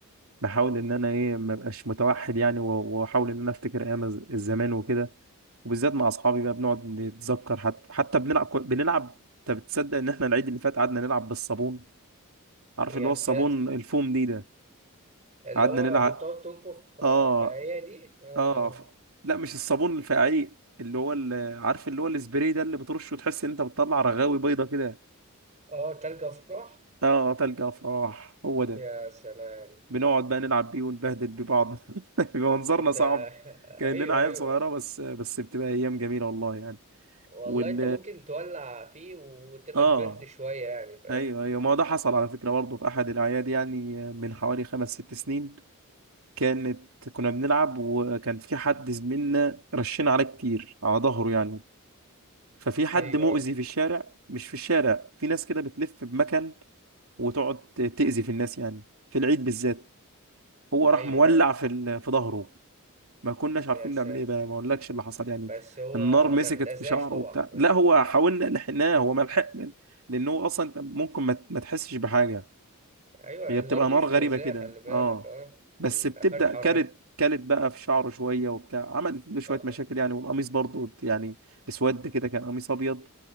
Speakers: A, on the right; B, on the right.
A: بحاول ان انا ايه ما ابقاش متوحد يعني و- واحاول ان انا افتكر ايام الز- الزمان وكده وبالذات مع اصحابي بقى بنقعد نتذكر حتى حتى بنلعب كو- بنلعب انت بتصدق ان احنا العيد اللي فات قعدنا نلعب بالصابون عارف
B: يا
A: اللي هو الصابون
B: ساتر
A: الفوم دي ده
B: اللي
A: قعدنا
B: هو
A: نلعب
B: بتقعد تنفخ آه،
A: اه
B: في آية دي اه
A: اه ف- لا مش الصابون الفعيق اللي هو اللي عارف اللي هو السبراي ده اللي بترشه وتحس ان انت بتطلع رغاوي بيضه كده
B: آه، تلج أفراح
A: اه تلج افراح هو ده
B: يا سلام
A: بنقعد بقى نلعب بيه ونبهدل ببعض <laughs> بيبقى منظرنا
B: انت
A: صعب
B: <laughs>
A: كأننا
B: ايوه
A: عيال
B: ايوه
A: صغيرة بس بس بتبقى ايام جميلة والله يعني
B: والله
A: وال
B: انت ممكن تولع فيه وتبقى
A: اه
B: كبرت شوية يعني فاهم
A: ايوه ايوه ما هو ده حصل على فكرة برضه في احد الاعياد يعني من حوالي خمس ست سنين كانت كنا بنلعب وكان في حد زميلنا رشينا عليه كتير على ظهره يعني ففي حد
B: ايوه
A: مؤذي في الشارع مش في الشارع في ناس كده بتلف بمكان وتقعد تأذي في الناس يعني في العيد بالذات هو
B: ايوه
A: راح مولع في ال- في ظهره ما كناش عارفين
B: يا ساتر
A: نعمل ايه بقى ما اقولكش اللي حصل يعني
B: بس هو
A: النار مسكت
B: ما اتأذاش
A: في شعره
B: طبعا
A: وبتاع لا هو حاولنا لحقناه هو ما لحق من- لان هو اصلا أنت ممكن ما ما تحسش بحاجه
B: ايوه
A: هي
B: النار
A: بتبقى
B: دي
A: نار
B: مش
A: غريبه
B: مؤذية
A: كده
B: خلي بالك
A: اه
B: اه
A: بس
B: ما
A: بتبدا
B: فيهاش حرارة
A: كلت كلت بقى في شعره شويه وبتاع عملت له شويه
B: آه.
A: مشاكل يعني والقميص برضه يعني اسود كده كان قميص ابيض